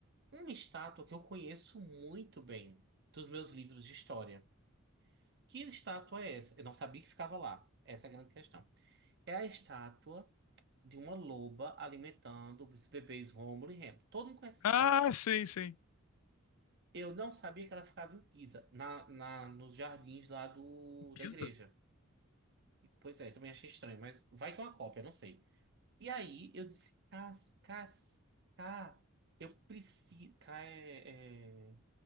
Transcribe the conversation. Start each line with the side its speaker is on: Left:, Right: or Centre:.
Right: Uma estátua que eu conheço muito bem dos meus livros de história. Que estátua é essa? Eu não sabia que ficava lá. Essa é a grande questão. É a estátua de uma loba alimentando os bebês Rômulo e Remo. Todo mundo conhece essa
Left: Ah,
Right: estátua.
Left: sim, sim.
Right: Eu não sabia que ela ficava em Pisa, na, na, nos jardins lá do,
Left: Pisa?
Right: da igreja. Pois é, também achei estranho, mas vai que é uma cópia, não sei. E aí eu disse, Cas, Cas, Cá, eu preciso. Cá é, é,